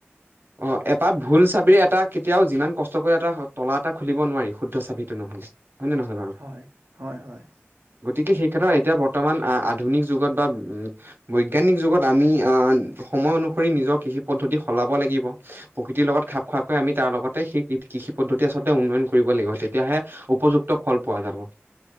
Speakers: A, on the right; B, on the right.
A: অ এপাত ভুল চাবিৰ এটা কেতিয়াও যিমান কষ্ট কৰি এটা তলা এটা খুলিব নোৱাৰি শুদ্ধ চাবিটো নহ'লে। হয়নে নহয় বাৰু
B: হয় হয় হয়
A: গতিকে সেই ক্ষেত্ৰত বৰ্তমান আধুনিক যুগত বা উম বৈজ্ঞানিক যুগত আমি আ সময় অনুসৰি নিজৰ কৃষি পদ্ধতি সলাব লাগিব। প্ৰকৃতিৰ লগত খাপ খোৱাকৈ আমি তাৰ লগতে সেই কৃষি পদ্ধতি আচলতে উন্নয়ন কৰিব লাগিব তেতিয়াহে উপযুক্ত ফল পোৱা যাব।